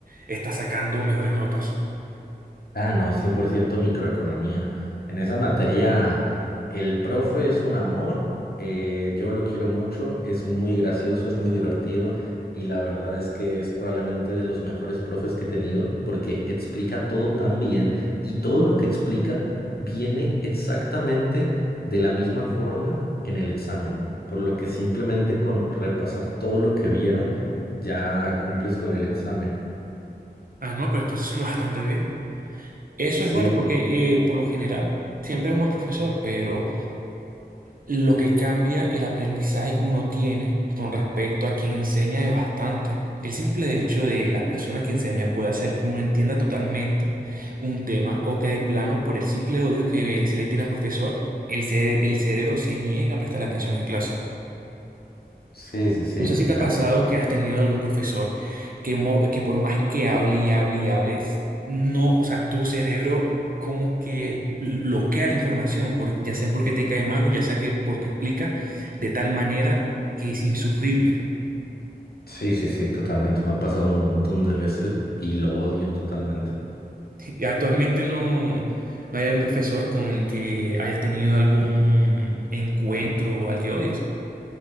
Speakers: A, on the right; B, on the left.
A: estás sacando mejores notas?
B: Ah, no, 100% microeconomía. En esa materia, el profe es un amor, eh, yo lo quiero mucho, es muy gracioso, es muy divertido y la verdad es que es probablemente de los mejores profes que he tenido porque explica todo tan bien y todo lo que explica viene exactamente de la misma forma en el examen, por lo que simplemente con repasar todo lo que vieron ya cumples con el examen.
A: Ah, no, pero entonces suena <laughs> bastante bien. Eso
B: Sí,
A: es bueno porque eh, por lo general siempre hay un buen profesor, pero... Lo que cambia el aprendizaje que uno tiene con respecto a quien enseña es bastante. El simple hecho de la persona que enseña puede hacer que uno entienda totalmente un tema o que de plano, por el simple odio que se le tiene al profesor, el, cere- el cerebro se niega a prestar atención en clase.
B: sí, sí, sí,
A: No sé
B: totalmente.
A: si te ha pasado que has tenido algún profesor que, mo- que por más que hable y hable y hables, no, o sea, tu cerebro como que bl- bloquea la información, por, ya sea porque te cae mal o ya sea que porque explica de tal manera que es insufrible.
B: Sí, sí, sí, totalmente. Me ha pasado un montón de veces y lo odio totalmente.
A: Y actualmente no, no hay algún profesor con el que hayas tenido algún encuentro o al que odies.